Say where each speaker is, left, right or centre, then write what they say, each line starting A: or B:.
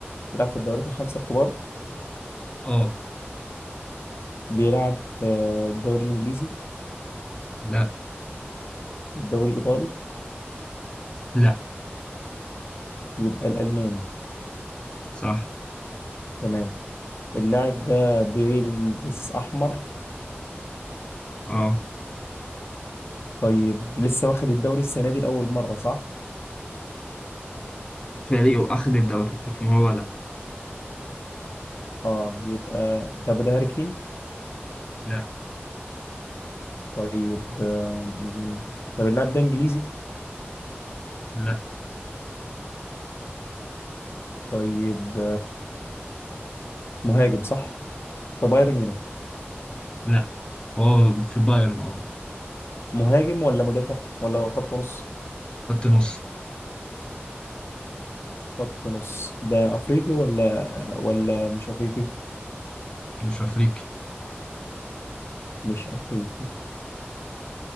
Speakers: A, on the left (about 70°); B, on the left (about 20°).
A: بيلعب في الدوريات الخمسة الكبار
B: اه
A: بيلعب في آه، الدوري الانجليزي
B: لا
A: الدوري الايطالي
B: لا
A: يبقى الالماني
B: صح
A: تمام اللاعب ده بيلبس احمر
B: اه
A: طيب لسه واخد الدوري السنة دي لأول مرة صح؟
B: فريقه اخذ الدوري لكن هو لا
A: اه يبقى طب ده هاري كين
B: لا
A: طيب آه، م- طب اللاعب ده انجليزي
B: لا
A: طيب مهاجم صح في بايرن ميونخ
B: لا هو في بايرن اه
A: مهاجم ولا مدافع ولا خط نص
B: خط نص
A: خط نص ده افريقي ولا ولا مش افريقي
B: مش افريقي
A: مش افريقي